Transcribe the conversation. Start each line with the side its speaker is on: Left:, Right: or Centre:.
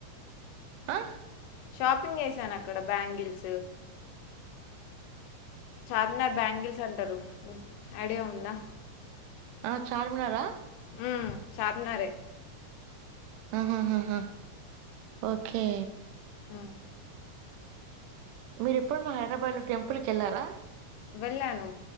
Right: ఆ
Left: షాపింగ్ చేసాను అక్కడ బ్యాంగిల్స్. చార్మినార్ బ్యాంగిల్స్ అంటరు ఐడియా ఉందా.
Right: ఆ చార్మినారా
Left: హ్మ్ చార్మినారే.
Right: ఆహాహాహా హ ఓకే
Left: ఆ
Right: మీరు ఎప్పుడన్న హైదరాబాద్ లో టెంపుల్ కి వెళ్లారా.
Left: వెళ్ళాను